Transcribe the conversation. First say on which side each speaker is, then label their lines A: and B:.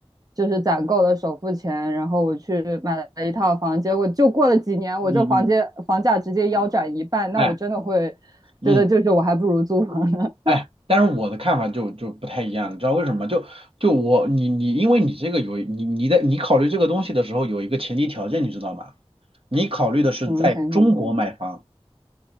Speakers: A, on the right; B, on the right.
A: 就是攒够了首付钱，然后我去买了一套房，结果就过了几年，
B: 嗯嗯，
A: 我这房间房价直接腰斩一半，那我真的会觉得就是我还不如租房呢。
B: 哎，嗯。哎，但是我的看法就就不太一样，你知道为什么吗？就就我你你，因为你这个有你你在你考虑这个东西的时候有一个前提条件，你知道吗？你考虑的是在中国买房，
A: <laughs> 什么前提条件？